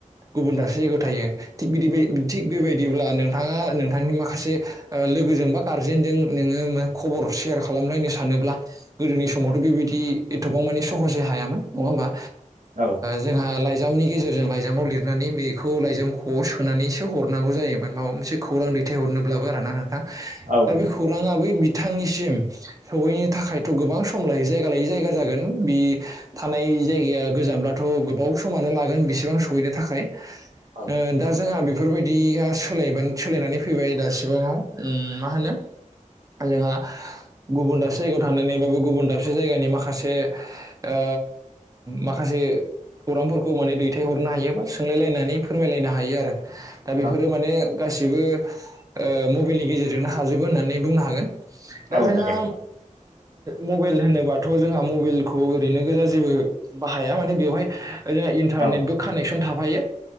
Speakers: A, on the right (about 25°); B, on the right (about 80°).
A: गुबुन दाससे जायगायाव थायो थिग बिदि थिग बेबायदिब्ला नोंथाङा नोंथांनि माखासे ओ लोग गोजों बा गार्जेनजों नोङो खबर सेयार खालामलायनो सानोब्ला गोदोनि समावथ' बेबायदि एथबाव मानि सहसै हायामोन नङा होमबा
B: औ
A: जोंहा लाइजामनि गेजेरजों लाइजामाव लिरनानै बेखौ लाइजामखौ सोनानैससे हरनांगौ जायोमोन माबा मोनसे खौ रां दैथायहरनोब्लाबो आरो ना नोंथां
B: औ
A: दा
B: नंगौ
A: बे खौराङा बै बि थांनिसिम सहैनो थाखायथ' गोबां सम लायै जायगा लायै जायगा जागोन बि थानाय बे जायगाया गोजानब्लाथ' गोबाव समानो लागोन बेसेबां सहैनो थाखाय ओ
B: औ
A: दा जोंहा बे फोरबायदिया सोलायब सोलायनानै फैबाय दासिबाङाव मा होनो जोंहा गुबुन दासो जायगायाव थांनानैबाबो गुबुन दा दाबसे जायगानि माखासे ओ माखासे खौरांफोरखौ माने दैथायहरनो हायो बा सोंलायलायनानै फोरमायलायनो हायो आरो। दा बेफोरो
B: औ
A: माने गासिबो ओ मबाइलनि गेजेरजोंनो हाजोबो होननानै बुंनो हागोन। दा
B: औ
A: जोंहा।
B: नंगौ नोंथां
A: मबाइल होनोबाथ' जोंहा मबाइलखौ ओरैनो गोजा जेबो बाहाया माने बेवहाय जोंहा इन्टारनेटबो
B: औ
A: कानेक्सन थाफायो